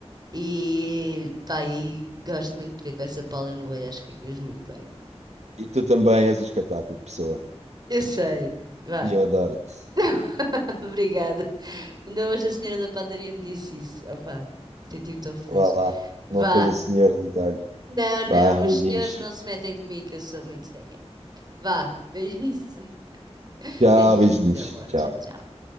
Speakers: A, on the right; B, on the right.
A: E pá, e gosto muito de ver com essa pala no olho, acho que ficas muito bem.
B: E tu também és um espetáculo de pessoa.
A: Eu sei, vá.
B: E eu adoro-te.
A: <laughs> Obrigada. Ainda hoje a senhora da padaria me disse isso. Opá, senti-me tão feliz.
B: Vá lá.
A: Vá.
B: Não foi o senhor de detalhe.
A: Não, não,
B: Vá, beijinhos.
A: os senhores não se metem comigo, que eu sou muito séria. Vá, beijinhos. <laughs>
B: Tchau,
A: Beijinhos,
B: beijinhos.
A: amor.
B: Tchau.
A: Tchau, tchau.